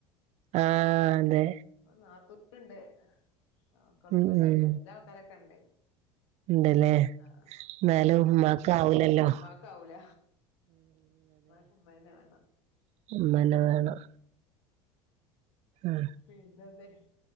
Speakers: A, on the right; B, on the left.
A: ആഹ് അതെ.
B: ഇപ്പൊ നാത്തൂന്ണ്ട് മക്കളൊക്കെണ്ട്
A: ഉം ഉം
B: പെരീലാൾക്കാരൊക്കെണ്ട്.
A: ഉണ്ടല്ലേ
B: ആഹ്
A: എന്നാലും
B: പോണേപോവാ
A: ഉമ്മാക്കാവൂലല്ലോ
B: മ്മാക്കാവൂല. ഉമ്മാക്ക് ഉമ്മന്നെമാണം.
A: മ്മന്നെ വേണം. ഹ്മ്.
B: പിന്നെന്തെഹ്